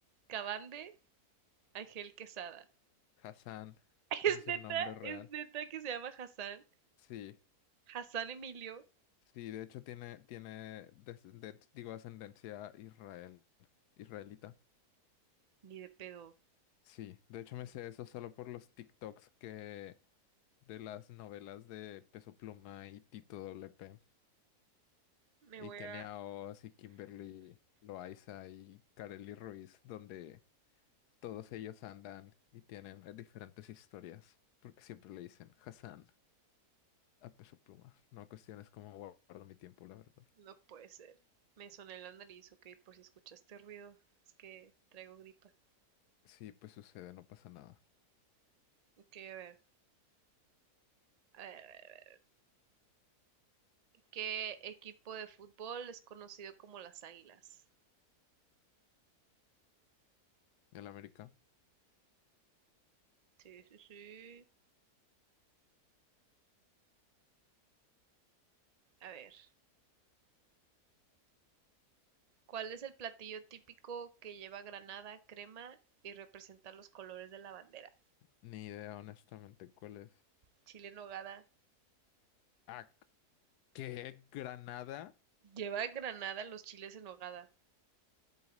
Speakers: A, on the right; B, on the left.
A: Cabande Ángel Quesada.
B: Hassan.
A: <laughs>
B: Ese
A: Es
B: es
A: neta,
B: el nombre real.
A: es neta que se llama Hassan.
B: Sí,
A: Hassan Emilio,
B: sí, de hecho tiene, tiene, des- de- digo, ascendencia israel, israelita.
A: ni de pedo.
B: Sí, de hecho me sé eso solo por los TikToks que de las novelas de Peso Pluma y Tito WP
A: Me
B: y
A: voy
B: Kenia
A: a...
B: Oz y Kimberly Loaiza y Karely Ruiz, donde todos ellos andan y tienen eh, diferentes historias, porque siempre le dicen Hassan a Peso Pluma. No cuestiones cómo guardo mi tiempo, la verdad.
A: No puede ser. Me soné la nariz, ok, por si escuchaste ruido. Es que traigo gripa.
B: Sí, pues sucede, no pasa nada.
A: Ok, a ver. A ver, a ver. ¿Qué equipo de fútbol es conocido como las Águilas?
B: ¿Y el América?
A: Sí, sí, sí. A ver. ¿Cuál es el platillo típico que lleva granada, crema y representa los colores de la bandera?
B: Ni idea, honestamente, cuál es.
A: Chile en hogada.
B: Ah, ¿qué? ¿Granada?
A: Lleva granada los chiles en hogada.